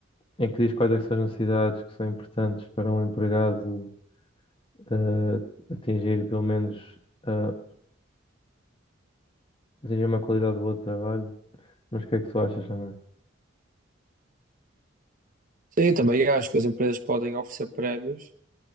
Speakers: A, on the left; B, on the right.
A: em que diz quais é que são as necessidades que são importantes para um empregado eh, atingir pelo menos eh, atingir uma qualidade boa de trabalho. Mas o que é que tu achas também?
B: Sim, também acho que as empresas podem oferecer prémios.